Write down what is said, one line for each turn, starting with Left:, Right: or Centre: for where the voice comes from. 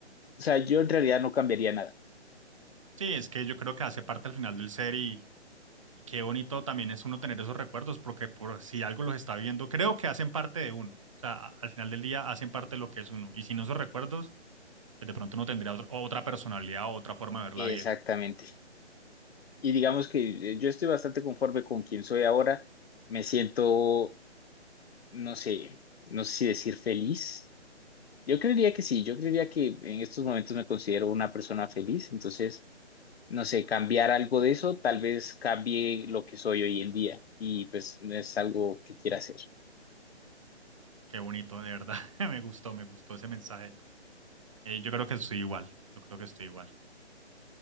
Left: sea, yo en realidad no cambiaría nada.
Right: Sí, es que yo creo que hace parte al final del ser y Y qué bonito también es uno tener esos recuerdos, porque por si algo los está viendo, creo que hacen parte de uno. O sea, a- al final del día hacen parte de lo que es uno. Y sin esos recuerdos, pues de pronto uno tendría otro- otra personalidad o otra forma de ver
Left: Exactamente.
Right: la vida.
Left: Y digamos que eh, yo estoy bastante conforme con quien soy ahora. Me siento, no sé, no sé si decir feliz. Yo creería que sí, yo creería que en estos momentos me considero una persona feliz. Entonces, no sé, cambiar algo de eso, tal vez cambie lo que soy hoy en día. Y pues no es algo que quiera hacer.
Right: Qué bonito, de verdad. <laughs> Me gustó, me gustó ese mensaje. Eh, yo creo que estoy igual. Yo creo que estoy igual.